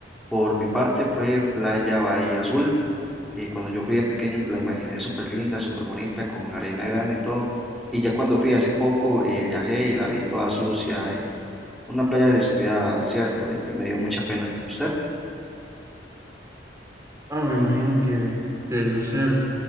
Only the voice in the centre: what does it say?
Por mi parte fue Playa Bahía Azul. eh, cuando yo fui de pequeño la imaginé súper linda, súper bonita, con arena grande y todo. Y ya cuando fui hace poco eh, viajé y la vi toda sucia, eh, una playa descuidada, ¿cierto? Y me dio mucha pena. ¿Usted?